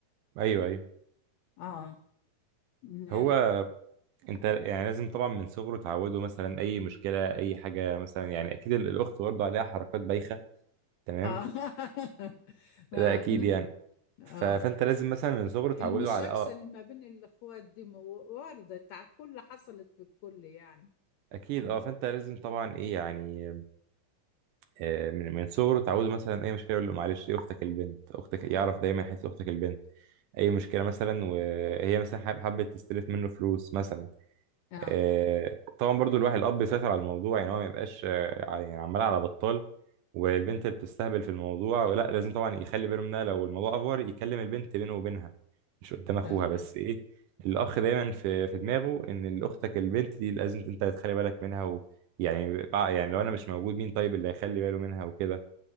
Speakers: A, on the right; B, on the left.
A: ايوه ايوه
B: اه من-
A: هو انت يعني لازم طبعا من صغره تعوده مثلا اي مشكله اي حاجه مثلا يعني اكيد ال- الاخت برضه عليها حركات بايخه تمام
B: اه <laughs> ما-
A: ده اكيد يعني
B: اه
A: ف... فانت لازم مثلا من صغره تعوده
B: المشاكسة
A: على اه
B: اللي ما بين الأخوات دي مو- واردة على الكل حصلت في الكل يعني
A: اكيد
B: مم.
A: اه فانت لازم طبعا ايه يعني آه، من من صغره اتعودوا مثلا اي مشكله يقول له معلش دي اختك البنت اختك يعرف دايما حته اختك البنت اي مشكله مثلا وهي مثلا حاب- حابه تستلف منه فلوس مثلا
B: اه
A: آه، طبعا برضو الواحد الاب يسيطر على الموضوع يعني هو ما يبقاش آه، ع- يعني عمال على بطال والبنت بتستهبل في الموضوع ولا لازم طبعا يخلي باله منها لو الموضوع افور يكلم البنت بينه وبينها مش قدام اخوها
B: تمام
A: بس ايه الاخ دايما في في دماغه ان اختك البنت دي لازم انت تخلي بالك منها و يعني بع- يعني لو انا مش موجود مين طيب اللي هيخلي باله منها وكده